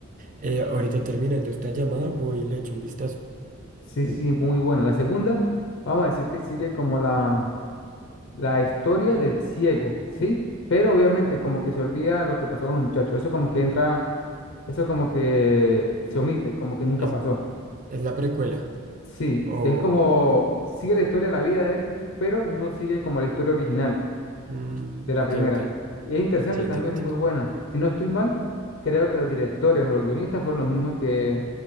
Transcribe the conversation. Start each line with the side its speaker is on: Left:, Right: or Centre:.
Right: eh, ahorita terminando esta llamada, voy y le echo un vistazo.
Left: Sí, sí, muy buena. La segunda, vamos a decir que sigue como la, la historia del ciego, ¿sí? Pero obviamente como que se olvida lo que pasó con los muchachos. Eso como que entra, eso como que se omite, como que nunca
Right: Es,
Left: pasó.
Right: es la precuela.
Left: Sí,
Right: O...
Left: es como sigue la historia de la vida de él, pero no sigue como la historia original
Right: mm,
Left: de la
Right: ok,
Left: primera.
Right: ok.
Left: Y es interesante
Right: Sí, entiendo,
Left: también,
Right: entiendo.
Left: es muy buena. Si no estoy mal, creo que los directores o los guionistas fueron los mismos que